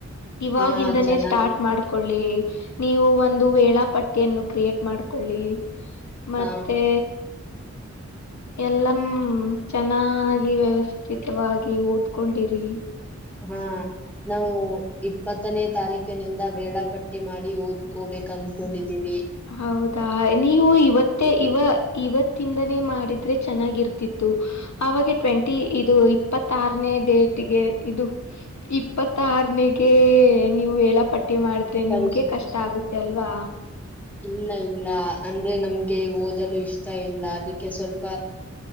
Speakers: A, on the left; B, in the centre.
A: ಇವಾಗಿಂದಾನೇ
B: ಹ ಚೆನ್ನಾಗಿ
A: ಸ್ಟಾರ್ಟ್ ಮಾಡ್ ೊಳ್ಳಿ ನೀವು ಒಂದು ವೇಳಾಪಟ್ಟಿಯನ್ನು ಕ್ರಿಯೇಟ್ ಮಾಡ್ಕೊಳ್ಳಿ ಮತ್ತೆ
B: ಹ
A: ಎಲ್ಲ ಚೆನ್ನಾಗಿ ವ್ಯವಸ್ಥಿತವಾಗಿ ಓದ್ಕೊಂಡಿರಿ
B: ಹಾ ನಾವು ಇಪ್ಪತ್ತನೇ ತಾರೀಕಿನಿಂದ ವೇಳಾಪಟ್ಟ ಬಟ್ಟೆ ಮಾಡಿ ಓದ್ಕೋಬೇಕ ಅನ್ಕೊಂಡಿದ್ದೀವಿ
A: ಹೌದಾ ನೀವು ಇವತ್ತೇ ಇವ ಇವತ್ತಿಂದನೇ ಮಾಡಿದ್ರೆ ಚೆನ್ನಾಗಿರ್ತಿತ್ತು ಅವಾಗೆ ಟ್ವೆಂಟಿ ಇದು ಇಪ್ಪತ್ತಾರನೇ ಡೇಟ್ಗೆ ಇದು ಇಪ್ಪತ್ತಾರನಗೆ ನೀವು ಹೇಳಪಟ್ಟ ಪಟಿ ಮಾಡಿದ್ರೆ
B: ಪರೀಕ್ಷೆ
A: ನಿಮ್ಗೆ ಕಷ್ಟ ಆಗುತ್ತೆ ಅಲ್ವಾ
B: ಇಲ್ಲ ಇಲ್ಲ ಅಂದ್ರೆ ನಮ್ಗೆ ಓದಲು ಇಷ್ಟ ಇಲ್ಲ ಅದಕ್ಕೆ ಸ್ವಲ್ಪ